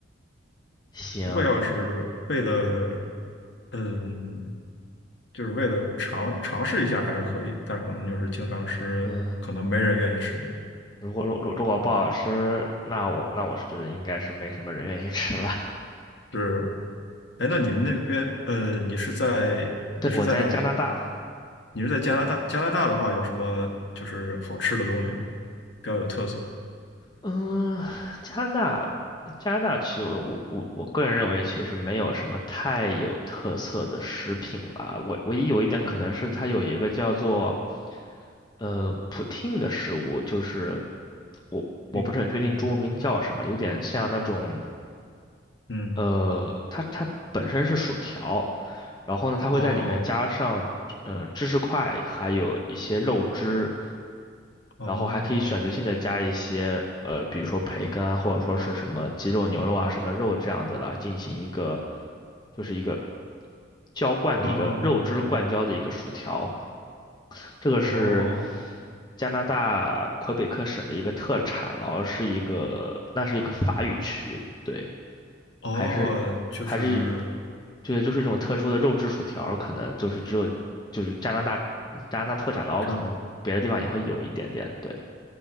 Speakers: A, on the left; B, on the left.
A: 行，
B: 不过要是为了，嗯。就是为了尝尝试一下还是可以，但是可能就是经常吃，
A: 嗯。
B: 可能没人愿意吃呗。
A: 如果如如如果不好吃，
B: 嗯，
A: 那我那我是觉得应该是没什么人愿意吃了。
B: 是。哎，那你们那边，呃，你是在你是在哪里？
A: <laughs> 对，我在加拿大，
B: 你是在加拿大？加拿大的话，有什么就是好吃的东西吗？比较有特色的。
A: 嗯，加拿大，加拿大其实我我我我个人认为其实没有什么太有特色的食品了。唯唯一有一点可能是它有一个叫做
B: 嗯，
A: 呃普汀的食物，就是我我不是很确定中文名叫什么，
B: 对，嗯
A: 有点像那种
B: 嗯，
A: 呃它它本身是薯条，然后呢，它会在里面加上呃芝士块，
B: 哦
A: 还有一些肉汁，
B: 哦
A: 然后还可以选择性的加一些呃，比如说培根啊，或者说是什么鸡肉、牛肉啊，什么肉这样子来进行一个就是一个浇灌的一个肉汁灌浇的一个薯条。
B: 哦
A: 这个是
B: 哦
A: 加拿大魁北克省的一个特产，然后是一个那是一个法语区，对，
B: 哦，
A: 还是还是
B: 就是
A: 对，就是一种特殊的肉质薯条，可能就是只有就是加拿大加拿大特产，然后可能别的地方也会有一点点。
B: 这
A: 对，